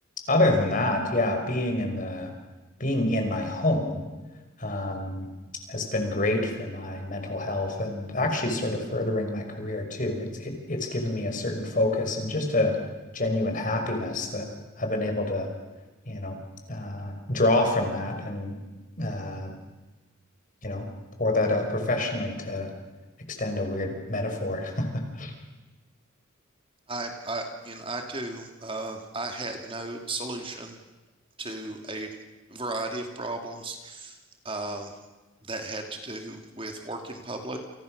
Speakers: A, on the left (about 40°); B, on the right (about 25°).
A: other than that, yeah, being in the being in my home um, has been great for my mental health and actually sort of furthering my career too. It's it, it's given me a certain focus and just a genuine happiness that I've been able to, you know, uh, draw from that and uh, you know, pour that out professionally to extend a weird metaphor. <laughs>
B: I, I, you know, I too, uh, I had no solution to a variety of problems um, that had to do with work in public.